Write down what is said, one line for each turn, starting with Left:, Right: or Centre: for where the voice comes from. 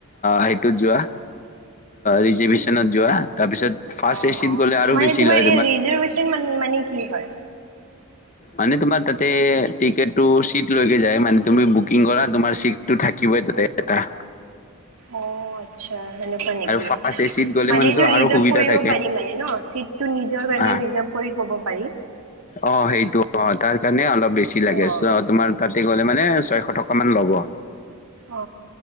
Left: সেইটোত যোৱা ৰিজিচনত যোৱা তাৰপিছত ফাৰ্ষ্ট
Right: অ
Left: এচিত
Right: অ
Left: গ'লে আৰু
Right: মানে
Left: বেছি
Right: তোমাৰ
Left: লয়
Right: এই ৰিজাৰভেশচন মানে কি হয়
Left: মানে তোমাৰ তাতে টিকেট টো চিট লকে য মে তুমি বুকিং কৰা তোমাৰ চি থাকিব দেটা
Right: অ আচ্ছা সেনেকুৱা নেকি
Left: ফাৰ্ষ্ট এচিত গ'লে
Right: মানে
Left: মানেতো
Right: এইটো ৰিজাৰ্ভ
Left: আৰু সুবিধা
Right: কৰিব
Left: থাকে
Right: পাৰি মানে ন' চিটটো নিজৰ কাৰণে
Left: হা
Right: জব কৰি থব পাৰি
Left: অ সেইটো অ তাৰ কাৰণে অলপ বেছি লাগে
Right: অ'
Left: চ তোমাৰ তাতে গলে মানে ছয়শ টকা মান ল'ব
Right: অ